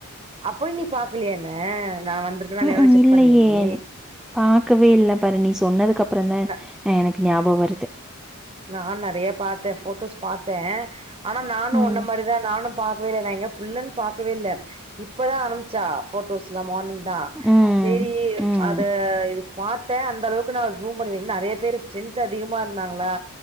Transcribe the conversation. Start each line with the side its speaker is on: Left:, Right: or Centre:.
Right: அப்போ நீ பாக்கலயா என்ன நா வந்திருக் வந்து
Centre: ம்
Right: இருக்கான்னா இல்லையான்னு
Centre: ம்
Right: கூட செக்
Centre: இல்லையே
Right: பண்ணலயா நீ
Centre: பாக்கவே இல்ல பாரு நீ சொன்னதுக்குப்பற தா
Right: நா
Centre: எனக்கு ஞாயபக வருது
Right: நா நெறைய பாத்த போட்டோஸ் பாத்த ஆனா நானு
Centre: ம்
Right: ஒன்ன மாரிதா நானு பாக்கவே இல்ல நா எங்க உள்ளனு பாக்கவே இல்ல இப்பதா ஆரம்பிச்சா போட்டோஸ்லா மார்னிங் தா
Centre: ம்
Right: சேரி
Centre: ம்
Right: அத இது பார்த்த அந்த அளவுக்கு நா ஜூம் பண்ணுவ நெறைய பேரு ஸ்ட்ரென்த் அதிகமா இருந்தாங்களா